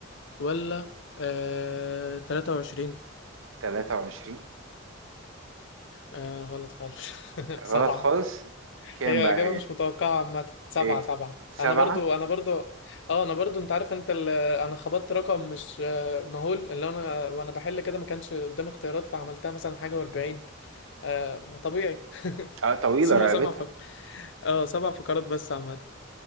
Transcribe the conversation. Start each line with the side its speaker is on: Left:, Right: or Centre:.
Left: ولا آه، تلاتة وعشرين
Right: 23
Left: آه، غلط خالص <laughs>
Right: غلط
Left: سبعة
Right: خالص كام
Left: هي
Right: بقى
Left: إجابة
Right: هي
Left: مش متوقعة عامة سبعة
Right: ايه
Left: سبعة
Right: سبعة
Left: أنا برضو أنا برضو أه أنا برضو أنت عارف أنت ال... أنا خبطت رقم مش آه، مهول اللي أنا وأنا بحل كده ما كانش قدامي اختيارات فعملتها مثلا حاجة وأربعين آه طبيعي <laughs>
Right: اه طويلة
Left: ثم
Right: رقبتها
Left: سبع فقرات أه سبع فقرات بس عامة